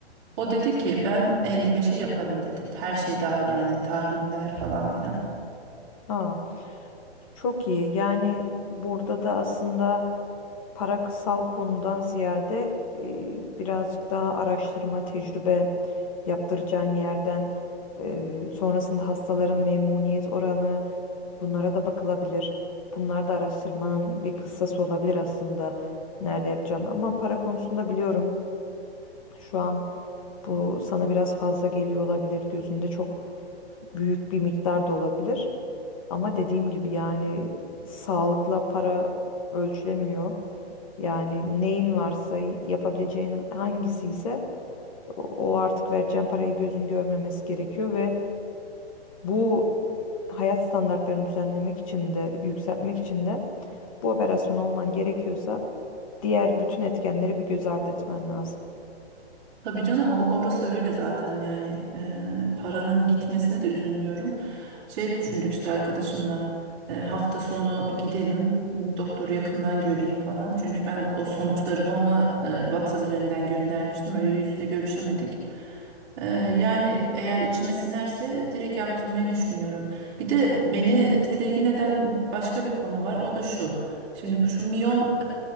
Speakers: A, on the right (about 25°); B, on the left (about 30°).
A: O dedi ki ben elli beşe yaparım dedi. Her şey dahil yani tahliller falan filan.
B: Ha. Çok iyi. Yani burada da aslında parasal konudan ziyade e, birazcık daha araştırma, tecrübe yaptıracağın yerden e, sonrasında hastaların memnuniyet oranı bunlara da bakılabilir. Bunlar da araştırmanın bir kıssası olabilir aslında nerede yapacağını. Ama para konusunda biliyorum şu an bu sana biraz fazla geliyor olabilir. Gözünde çok büyük bir miktar da olabilir. Ama dediğim gibi yani sağlıkla para ölçülemiyor. Yani neyin varsa yapabileceğin hangisi ise o o artık vereceğin parayı gözün görmemesi gerekiyor ve bu hayat standartlarını düzenlemek için de yükseltmek için de bu operasyon olman gerekiyorsa diğer bütün etkenleri bir göz ardı etmen lazım.
A: Tabii canım o- orası öyle zaten yani Ee, paranın gitmesine de üzülmüyorum. Şey düşündük işte arkadaşımla e, hafta sonu gidelim m, doktoru yakından göreyim falan. Çünkü ben o sonuçlarımı ona e, WhatsApp üzerinden göndermiştim öyle yüz yüze görüşemedik. Ee, yani eğer içime sinerse direkt yaptırmayı düşünüyorum. Bir de beni tedirgin eden başka bir konu var o da şu. Şimdi bu- şu miyom